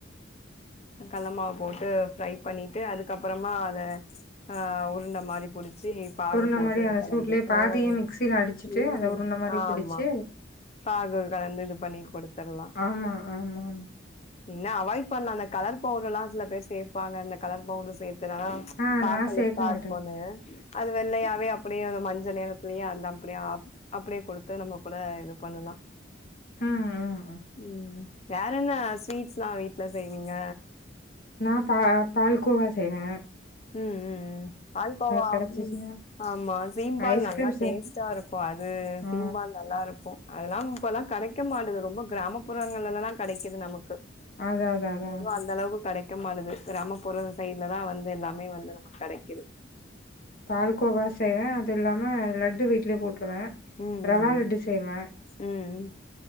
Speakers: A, on the left (about 35°); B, on the left (about 50°).
A: கல்ல மாவு போட்டு ஃப்ரை பண்ணிட்டு அதுக்கப்பறமா அத அ உருண்ட மாரி புடிச்சு பாகு
B: உருண்ட
A: போட்டு
B: மாரி அத
A: கலந்து
B: சூட்லயே
A: உம்
B: பாதிய மிக்சில அடிச்சுட்டு
A: உம்
B: அத உருண்ட மாரி
A: ஆமா
B: புடிச்சு
A: பாகு கலந்து இது பண்ணி குடுத்துட்லாம்
B: ஆமா ஆமா ஆமா
A: என்ன அவாய்ட் பண்ணலாம் அந்த கலர் பவுடர் ல்லாம் சில பேர் சேர்பாங்க அந்த கலர் பவுட்ரு சேத்துனா
B: ஆ
A: பாக்கலு
B: நா சேக்க
A: தா
B: மாட்டே
A: இருப்போனு அது வெள்ளையாவே அப்டியே அது மஞ்ச நெரத்துலயே அது அப்டியா அப்டியே குடுத்து நம்ம கூட இது பண்ணலா
B: ம் ம்
A: ம் வேற என்ன ஸ்வீட்ஸ்லாம் வீட்ல செய்வீங்க
B: நா பா பால்கோவா செய்வே
A: ம் ம் ம் பால்கோவா
B: கெடைச்சிச்சுன்னா,
A: ம் ஆமா சீம்பால்
B: ஐஸ்கிரீம்
A: நல்லா
B: செய்வேன்.
A: டேஸ்ட்டா இருக்கு அது
B: ஆ
A: சீம்பால் நல்லா இருக்கு அதெல்லா இப்பல்லா கெடைக்க மாட்டது ரொம்ப கிராமப்புறங்கள்லதா கெடைக்குது நமக்கு
B: அதான் அதான் அதான்.
A: அதுவு அந்த அளவுக்கு கெடைக்க மாட்டுது கிராமப்புற சைட்லதா வந்து து எல்லாமே வந்து நமக்கு கெடைக்குது
B: பால்கோவா செய்வே அது இல்லாம லட்டு வீட்லயே போட்டுருவே
A: ம், ம்,
B: ரவா லட்டு செய்வே
A: ம்,